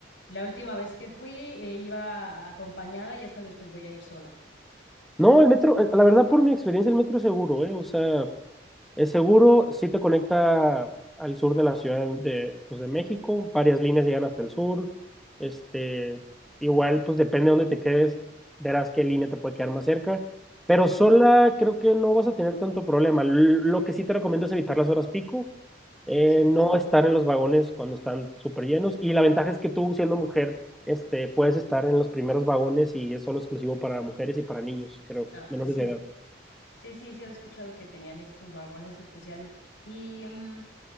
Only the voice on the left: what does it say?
la última vez que fui eh, iba acompañada y esta vez pues voy a ir sola.
Sí,
sí.
Ah,
sí.
Sí, sí, sí, había escuchado que tenían estos vagones especiales. Y mm,